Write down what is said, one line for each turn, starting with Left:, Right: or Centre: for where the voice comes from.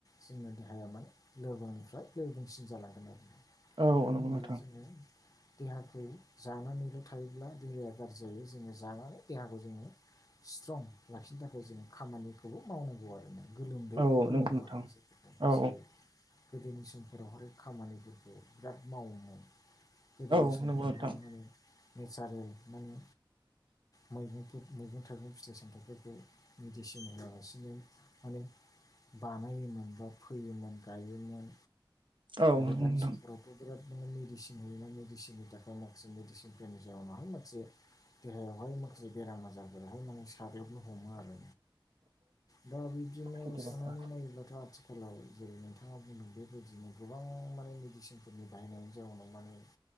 Left: जोंना देहाया माने लोरबांनिफ्राय लोरबांसिन जालांगोन आरो
Right: औ
Left: मानो
Right: नंगौ
Left: होनब्ला
Right: नोंथां
Left: जोंङो देहाखौ जानानैल' थायोब्ला देहाया गाज्रि जायो जोंङो जानानै देहाखौ जोंङो स्ट्रं लाखिनो थाखाय जोंङो खामानिखौ मावनांगौ आरो ना गोलोमदै
Right: औ
Left: गहोनांगौ
Right: नंगौ नोंथां
Left: आरो जायफोरखौ
Right: औ
Left: जेरै गोदोनि समफोरावहाय खामानिफोरखौ बिराद मावोमोन गोदोनि
Right: औ
Left: समफोराव
Right: नंगौ नोंथां
Left: माने नेचारेल माने मैगंफोर मैगं थाइगं फिथाइ सामथाइफोरखौ मेडिसिन होआलासिनो माने बानायोमोन बा फोयोमोन गायोमोन
Right: औ
Left: आरो
Right: नंगौ
Left: दानि
Right: नोंथां
Left: समफ्राव बिराद माने मेडिसिन होयोना मेदिसिननि <unintelligible> माखा मेडिसिन फोरनि जाउनाव हाय माखासे देहायावहाय माखासे बेराम आजारफोरा हाय माने साग्लोबनो हमो आरो दा बिदिब्ला
Right: सैथो
Left: सुनानै
Right: बाथ्रा
Left: नायोब्लाथ' आथि गोलाव जेरै नोंथांङा बुंदों बेबायदिनो गोबां माने मेडिसिनफोरनि बायनायनि जाउनाव माने